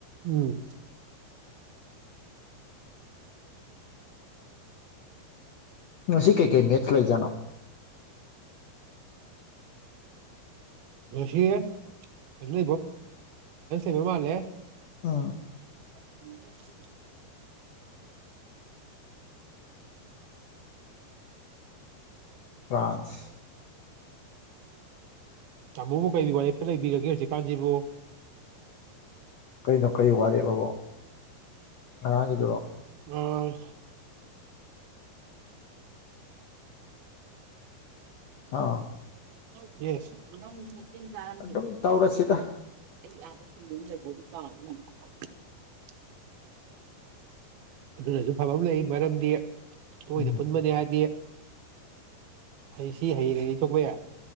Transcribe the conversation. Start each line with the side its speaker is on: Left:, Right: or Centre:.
Right: ꯎꯝ
Left: ꯉꯁꯤ ꯀꯩꯀꯩ ꯃꯦ꯭ꯠꯆ ꯂꯩꯖꯥꯅꯣ
Right: ꯉꯁꯤ <unintelligible> ꯐ꯭ꯔꯥꯁ ꯂꯩꯕ ꯃꯥꯜꯂꯦ
Left: ꯑꯥ
Right: <unintelligible>
Left: ꯐ꯭ꯔꯥꯟꯁ
Right: ꯇꯥꯃꯣꯕꯨ ꯀꯩ ꯋꯥꯔꯦꯞꯇ ꯂꯩꯕꯤꯔꯒꯦ ꯍꯧꯖꯤꯛꯀꯥꯟꯖꯤꯕꯨ
Left: ꯀꯩꯅꯣ ꯀꯩ ꯋꯥꯔꯦꯞ ꯑꯕꯣ ꯉꯔꯥꯡꯒꯤꯗꯨꯔꯣ
Right: ꯑꯪ
Left: ꯑꯥꯎ
Right: <unintelligible>
Left: ꯑꯗꯨꯝ ꯇꯧꯔꯁꯤꯗ
Right: <unintelligible> ꯑꯗꯨꯅꯖꯨ ꯐꯕ ꯑꯃ ꯂꯩ ꯃꯔꯝꯗꯤ ꯇꯣꯏꯅ
Left: ꯎꯝ
Right: ꯄꯨꯟꯕꯅꯦ ꯍꯥꯏꯗꯤ ꯑꯩ ꯁꯤ ꯍꯌꯦꯡ ꯌꯩꯊꯣꯛꯄ ꯌꯥꯏ